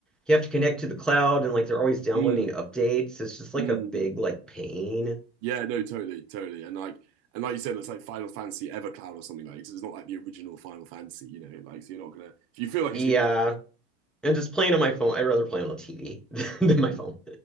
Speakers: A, in the centre; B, on the right.
A: you have to connect to the cloud and like they're always downloading
B: Mm,
A: updates. It's just
B: mm.
A: like a big like pain.
B: Yeah, no, totally, totally. And like and like you said, it's like Final Fantasy Evercloud or something like. It's, it's not like the original Final Fantasy, you know. Like so you're not gonna if you feel like
A: Yeah.
B: it's gonna be.
A: And just playing on my phone, I'd rather play on a TV <laughs> than my phone.